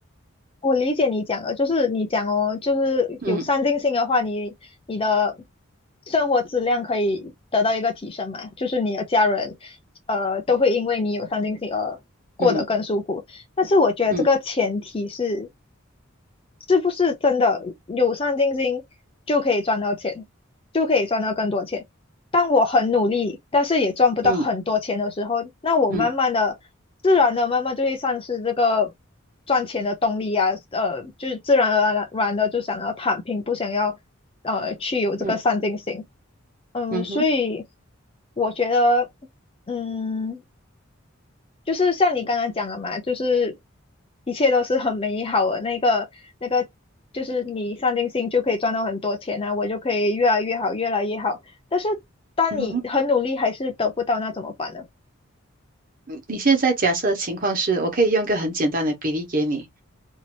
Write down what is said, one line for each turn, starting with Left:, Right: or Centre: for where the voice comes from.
Left: 我理解你讲的，就是你讲哦，就是有上进心的话，
Right: 嗯
Left: 你你的生活质量可以得到一个提升嘛，就是你的家人，呃，都会因为你有上进心而过得更舒服。
Right: 嗯
Left: 但是我觉得这个前提是
Right: 嗯
Left: 是不是真的有上进心就可以赚到钱，就可以赚到更多钱？当我很努力，但是也赚不到很多钱的时候，
Right: 嗯
Left: 那我慢慢的、
Right: 嗯
Left: 自然的、慢慢就会丧失这个赚钱的动力啊，呃，就是自然而然的就想要躺平，不想要呃去有这个上进心。
Right: 嗯
Left: 嗯，
Right: 嗯哼
Left: 所以我觉得，嗯，就是像你刚刚讲的嘛，就是一切都是很美好的那个那个，就是你上进心就可以赚到很多钱啊，我就可以越来越好，越来越好。但是当你很努力还是得不到，
Right: 嗯哼，
Left: 那怎么办呢？
Right: 嗯你现在假设的情况是，我可以用一个很简单的比例给你。